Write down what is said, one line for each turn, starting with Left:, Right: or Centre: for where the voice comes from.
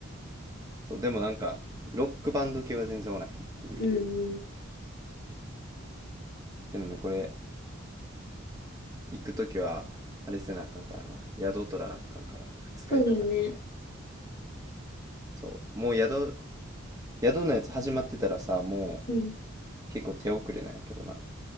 Right: そう、でもなんか、ロックバンド系は全然おらへんっていう。
Left: うんうん。
Right: でもね、これ、行くときは、あれせなあかんからな。宿取らなあかんからな。2日行くな。
Left: そうだよね。
Right: そう。もう宿、宿のやつ始まってたらさ、も
Left: うん。
Right: う結構手遅れなんやけどな。